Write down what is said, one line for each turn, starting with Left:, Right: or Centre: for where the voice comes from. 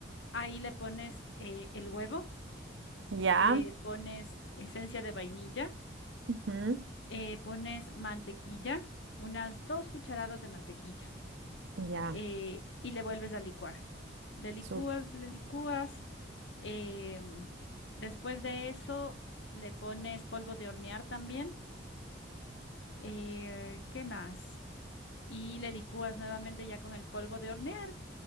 Left: ahí le pones eh, el huevo,
Right: ya,
Left: eh, pones esencia de vainilla
Right: ujú,
Left: eh, pones mantequilla, unas dos cucharadas de mantequilla,
Right: ya,
Left: eh, y le vuelves a licuar. Le licúas,
Right: sup-
Left: le licúas. em, después de eso, le pones polvo de hornear también. eh, ¿qué más? Y le licúas nuevamente ya con el polvo de hornear.